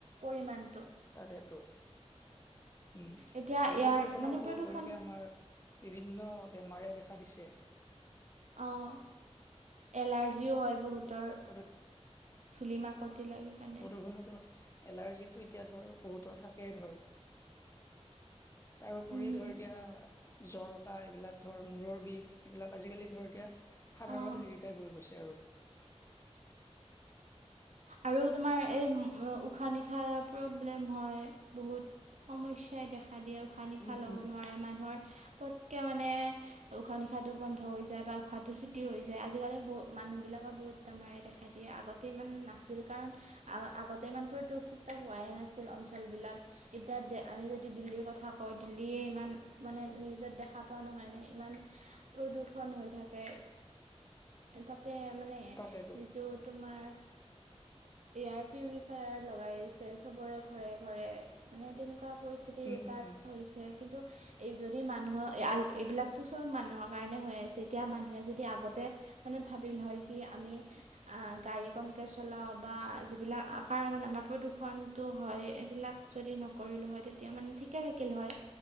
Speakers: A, on the right (about 85°); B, on the left (about 25°).
A: পৰিমাণটো।
B: তাকেতো উম
A: এতিয়া
B: আৰু
A: ইয়াৰ
B: প্ৰদূষনৰ
A: মানে
B: ফলত
A: প্ৰদূষণ
B: ধৰ এতিয়া আমাৰ বিভিন্ন বেমাৰে দেখা দিছে।
A: অঁ এলাৰ্জিও হয় বহুতৰ।
B: প্ৰদূষণ
A: ধূলি মাকতি লাগি পিনে।
B: জীৱনৰ ফলত এলাৰ্জিটো এতিয়া ধৰ বহুতৰ থাকেই ধৰ। তাৰউপৰিও
A: উম,
B: ধৰ এতিয়া জৰ, কাঁহ এইবিলাক ধৰ মূৰৰ বিষ এইবিলাক আজিকালি ধৰ এতিয়া সাধাৰণ
A: অ'।
B: হেৰি টাইপ হৈ গৈছে আৰু।
A: আৰু তোমাৰ এই উশাহ নিশাহ প্ৰব্লেম হয় বহুত। সমস্যাই দেখা দিয়ে উশাহ নিশাহ
B: উম
A: লব
B: উম
A: নোৱাৰে মানুহৰ পটকে মানে উশাহ নিশাহটো বন্ধ হৈ যায় বা উশাহটো ছুটি হৈ যায় আজিকালি ব মানুহবিলাকৰ বহুত বেমাৰে দেখা দিয়ে আগতে ইমান নাছিল কাৰণ আগতে ইমান প্ৰদূষিত হোৱাই নাছিল অঞ্চলবিলাক এতিয়া আমি যদি দিল্লীৰ কথা কওঁ দিল্লীয়ে ইমান মানে নিউজত দেখা পাওঁ নহয় ন ইমান প্ৰদূৰষন হৈ থাকে, তাতে মানে
B: তাকেতো
A: যিটো তোমাৰ এয়াৰ পিউৰিফায়াৰ লগাইছে চবৰে ঘৰে ঘৰে মানে তেনেকুৱা পৰিস্থিতি
B: উম
A: তাত
B: উম
A: হৈছে কিন্তু এই যদি মানুহৰ এইবিলাকতো চব মানুহৰ কাৰণে হৈ আছে এতিয়া মানুহে যদি আগতে মানে ভাবিল হয় যি আমি আহ গাড়ীখন চলাওঁ বা যিবিলাক কাৰণত আমাৰ প্ৰদূষণটো হয় এইবিলাক যদি নকৰিলো হয় তেতিয়া মানে ঠিকে থাকিল হয়